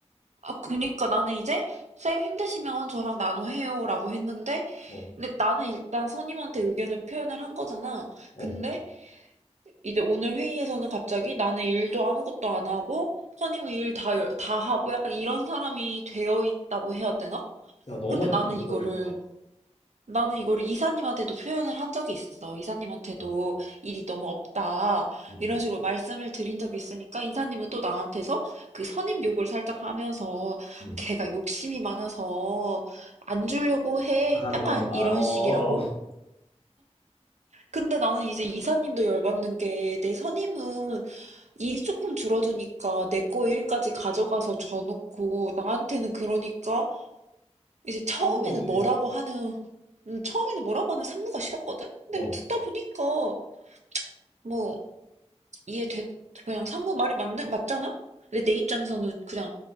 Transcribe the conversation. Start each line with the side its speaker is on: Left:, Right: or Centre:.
Right: 아, 그니까 나는 이제 쌤 힘드시면 저랑 나눠해요라고 했는데,
Left: 어.
Right: 근데 나는 일단 선임한테 의견을 표현을 한 거잖아.
Left: 어.
Right: 근데 이제 오늘 회의에서는 갑자기 나는 일도 아무것도 안 하고, 선임은 일 다, 다 하고 약간 이런 사람이 되어 있다고 해야 되나?
Left: 야, 너만
Right: 근데 나는
Left: 좀 억울하겠다.
Right: 이거를 나는 이거를 이사님한테도 표현을 한 적이 있어. 이사님한테도
Left: 어.
Right: 일이 너무 없다.
Left: 음,
Right: 이런 식으로 말씀을 드린 적이 있으니까 이사님은 또 나한테서 그 선임 욕을 살짝 하면서
Left: 음, 음.
Right: 걔가 욕심이 많아서 안 주려고 해.
Left: 다 가져간다.
Right: 약간
Left: 어.
Right: 이런 식이라고?
Left: <laughs>
Right: 근데 나는 이제 이사님도 열받는 게 내 선임은 일이 조금 줄어드니까 내 거 일까지 가져가서 줘놓고 나한테는 그러니까 이제 처음에는
Left: 싸운 거지.
Right: 뭐라고 하는, 음, 처음에는 뭐라고 하는 상무가 싫었거든? 근데
Left: 어.
Right: 뭐 듣다 보니까, 뭐, 이해됐, 그냥 상무 말이 맞는, 맞잖아? 근데 내 입장에서는 그냥,